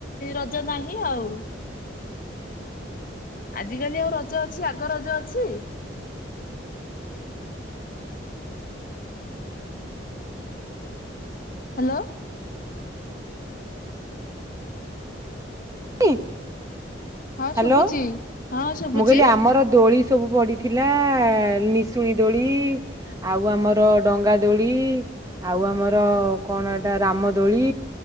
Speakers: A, on the left; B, on the right.
A: ରଜ ନାହିଁ ଆଉ। ଆଜି କାଲି ଆଉ ରଜ ଅଛି ଆଗ ରଜ ଅଛି। ହ୍ୟାଲୋ।
B: ନି ହ୍ୟାଲୋ,
A: ହଁ ଶୁଭୁଛି ହଁ ଶୁଭୁଛି
B: ମୁଁ କହିଲି ଆମର ଦୋଳି ସବୁ ପଡି ଥିଲା ନିଶୁଣୀ ଦୋଳି ଆଉ ଆମର ଡଙ୍ଗା ଦୋଳି। ଆଉ ଆମର କଣ ଏଇଟା ରାମଦୋଳି।